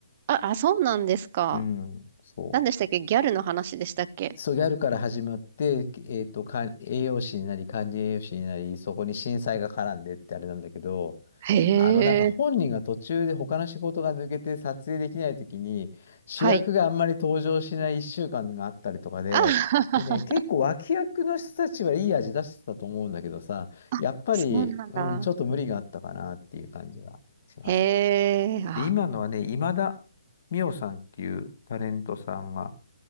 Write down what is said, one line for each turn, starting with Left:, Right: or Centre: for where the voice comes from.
Right: あ、あ、そうなんですか。
Left: うん、そう。
Right: 何でしたっけギャルの話でしたっけ
Left: そう、ギャルから始まって、えっと、か栄養士になり、管理栄養士になり、そこに震災が絡んでってあれなんだけど、
Right: へ
Left: あの、なんか本人が途中で他の仕事が抜けて撮影できないときに、
Right: え。
Left: 主役があんまり登場しない1週間があったりとかで、
Right: はい。あ、<laughs>
Left: でね、結構脇役の人たちはいい味出してたと思うんだけどさ、
Right: あそうなんだ。
Left: やっぱり、うん、ちょっと無理があったかなっていう感じはします。
Right: へえ、あ、
Left: で、今のはね、今田美桜さんっていうタレントさんが、